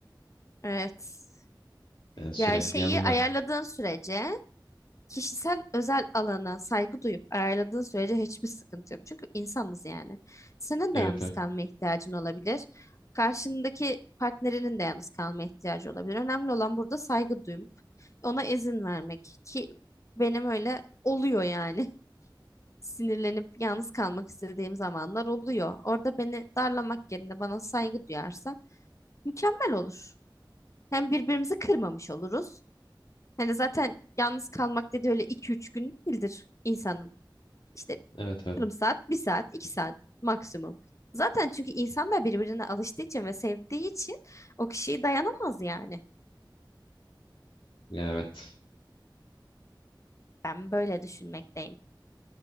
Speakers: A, on the left; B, on the left.
A: Evet.
B: Yani sürekli
A: Ya şeyi
B: yanında.
A: ayarladığın sürece kişisel özel alana saygı duyup ayarladığın sürece hiçbir sıkıntı yok. Çünkü insanız yani. Senin
B: Evet
A: de yalnız
B: evet.
A: kalmaya ihtiyacın olabilir. Karşındaki partnerinin de yalnız kalmaya ihtiyacı olabilir. Önemli olan burada saygı duyup ona izin vermek ki benim öyle oluyor yani. <laughs> Sinirlenip yalnız kalmak istediğim zamanlar oluyor. Orada beni darlamak yerine bana saygı duyarsa mükemmel olur. Hem birbirimizi kırmamış oluruz. Hani zaten yalnız kalmak dedi öyle iki üç gün değildir insanın. İşte
B: Evet evet.
A: yarım saat, bir saat, iki saat maksimum. Zaten çünkü insanlar birbirine alıştığı için ve sevdiği için o kişiyi dayanamaz yani.
B: Ya evet.
A: Ben böyle düşünmekteyim.